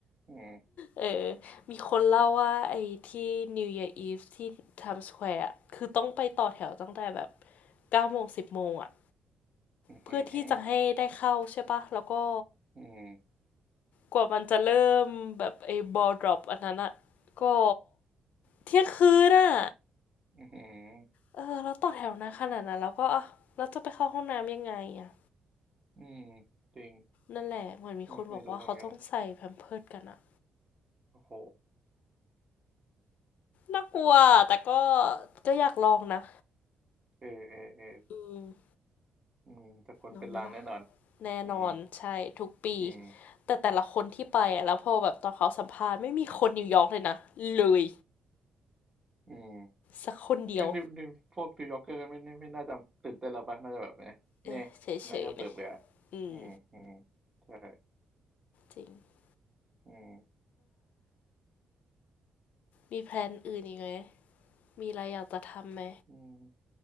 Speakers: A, on the right (about 25°); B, on the left (about 80°).
A: อืม
B: เออมีคนเล่าว่าไอ้ที่ New Year Eve ที่ Times Square อะคือต้องไปต่อแถวตั้งแต่แบบเก้าโมงสิบโมงอะ
A: อืมอืม
B: เพื่อที่จะให้ได้เข้าใช่ปะ แล้วก็
A: อืม
B: กว่ามันจะเริ่มแบบไอ้ ball drop อันนั้นอะก็เที่ยงคืนอะ
A: อืม
B: เออแล้วต่อแถวนานขนาดนั้นแล้วก็อ่ะแล้วจะไปเข้าห้องน้ำยังไงอะ
A: อืมจริง
B: นั่นแหละเหมือนมีคนบอกว่าเขาต้องใส่แพมเพิร์สกันอะ
A: ไม่ไม่รู้เหมือนกันโอ้โห
B: น่ากลัวแต่ก็ก็อยากลองนะ
A: เออเออเออ
B: อืม
A: อืมแต่คนเป็นล้านแน่นอน
B: ลองไหมล่ะ แน่นอนใช่ทุกปี
A: อืมอืม
B: แต่แต่ละคนที่ไปอะแล้วพอแบบตอนเขาสัมภาษณ์ไม่มีคนนิวยอร์กเลยนะเลย
A: อืม
B: สักคนเดียว
A: ก็นิวนิวพวกนิวยอร์กเกอร์กันไม่ไม่ไม่น่าจะตื่นเต้นแล้วปะน่าจะแบบเนี่ยเน่ยน่าก็เบื่อเบื่อ
B: เออเฉยๆเนี่ยอืม
A: อืมอืมใช่
B: จริง
A: อืม
B: มีแพลนอื่นอีกไหมมีอะไรอยากจะทำไหม
A: อืม